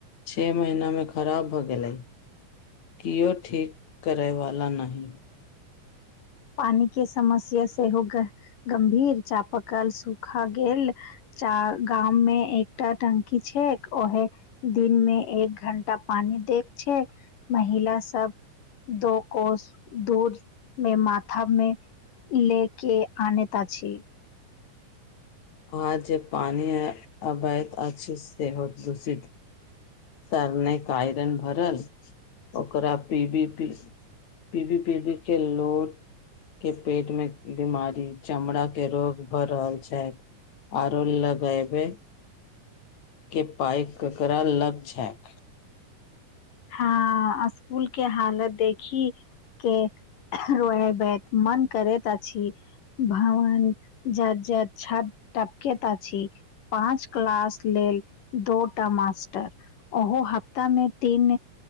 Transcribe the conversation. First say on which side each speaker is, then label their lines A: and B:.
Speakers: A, on the left; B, on the left.
A: छओ महीना मे खराब भऽ गेलै। क्यों ठीक करैवला नहि।
B: पानी के समस्या सेहो ग गंभीर, चापकल सूखा गेल। चार गाम मे एकटा टंकी छै ओहे दिनमे एक घण्टा पानी दे छै, महिला सब दो कोस दूर मे मात थाममे ले के अनत अछी।
A: आ जे पानी ह अवैत अच्छी सेहो दूषित। सबमेक आइरन भरल, ओकरा पी बी पी बी बी पी बी के लोड के पेट मे बीमारी, चमड़ा के रोग भर रहल छै। आरो लगायबै के पाइ ककरा लग छैक।
B: हँ, स्कूल के हालत देखी। के रोएबेक मन करैत अछि। भावन जा ज छाद पकेत अ छी। पाँच क्लास लेल दोटा मास्टर ओहो हफ्ता मे तीन